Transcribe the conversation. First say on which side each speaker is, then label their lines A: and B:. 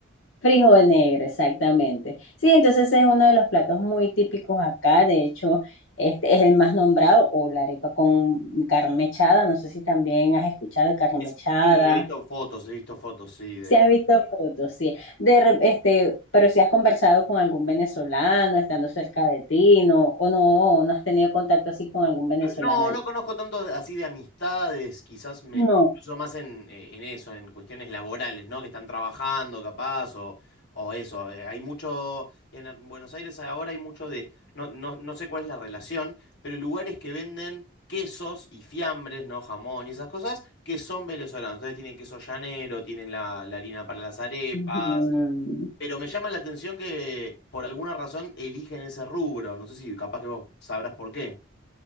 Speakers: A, on the left; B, on the left.
A: Frijol negro, exactamente. Sí, entonces es uno de los platos muy típicos acá, de hecho, este es el más nombrado, o la arepa con carne mechada, no sé si también has escuchado de carne
B: Es-
A: mechada,
B: sí, he visto fotos, he visto fotos, sí, de...
A: si has visto fotos, sí, de, re- este, pero si has conversado con algún venezolano estando cerca de ti, no, o no, no has tenido contacto así con algún venezolano
B: No,
A: allá.
B: no conozco tanto de- así de amistades, quizás me,
A: No.
B: me cruzo más en, eh, en eso, en cuestiones laborales, ¿no? Que están trabajando capaz o, o eso. eh, Hay mucho, en a- Buenos Aires ahora hay mucho de, no, no, no sé cuál es la relación, pero lugares que venden quesos y fiambres, ¿no? Jamón y esas cosas, que son venezolanos. Entonces tienen queso llanero, tienen la, la harina para las arepas,
A: Ujú.
B: pero me llama la atención que por alguna razón eligen ese rubro. No sé si capaz que vos sabrás por qué,